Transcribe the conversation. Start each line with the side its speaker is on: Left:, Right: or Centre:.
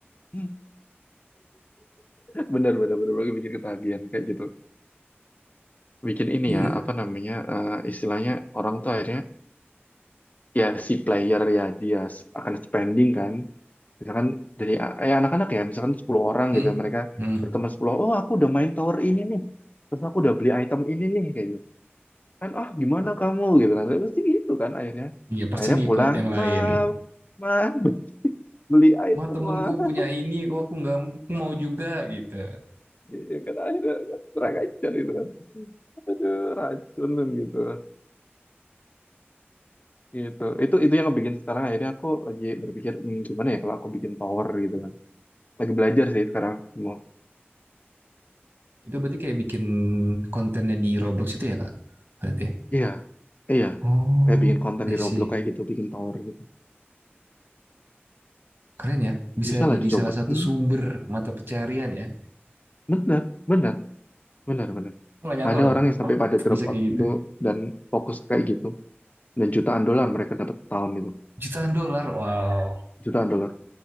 Left: Hmm. Bener, bener, bener. Lagi bikin ketagihan kayak gitu. Bikin ini
Right: <laughs>
Left: ya,
Right: iya.
Left: apa namanya, eh, istilahnya orang tuh akhirnya, ya si player ya dia s- akan spending kan. Misalkan dari a- ya anak-anak ya, misalkan 10 orang
Right: Hmm.
Left: gitu. Mereka
Right: Hmm.
Left: berteman sepuluh oh aku udah main tower ini nih. Terus aku udah beli item ini nih, kayak gitu. kan oh gimana kamu gitu kan tapi pasti gitu kan akhirnya
Right: Iya pasti
Left: akhirnya
Right: ngikut
Left: pulang
Right: yang lain.
Left: ma ma <laughs> beli item
Right: Ma temenku
Left: ma <laughs>
Right: punya ini kok aku nggak mau juga gitu.
Left: Iya kan akhirnya kan, kurang ajar gitu kan aduh racun gitu gitu itu itu yang bikin sekarang akhirnya aku lagi berpikir "Hmm, gimana ya kalau aku bikin tower gitu kan lagi belajar sih sekarang mau
Right: Itu berarti kayak bikin kontennya di Roblox itu ya kak? Berarti.
Left: iya iya
Right: Oh,
Left: kayak bikin konten
Right: I
Left: di
Right: see.
Left: Roblox kayak gitu bikin tower gitu
Right: Keren ya. Bisa
Left: bisa lah
Right: jadi
Left: dicoba
Right: salah satu
Left: hmm,
Right: sumber mata pencarian ya.
Left: benar benar benar benar
Right: Aku nggak nyangka
Left: Ada
Right: loh
Left: orang yang sampai pada drop
Right: bisa
Left: out
Right: kayak gitu.
Left: tuh dan fokus kayak gitu. Dan jutaan dolar mereka dapat tahun itu.
Right: Jutaan dolar, wow.
Left: Jutaan dolar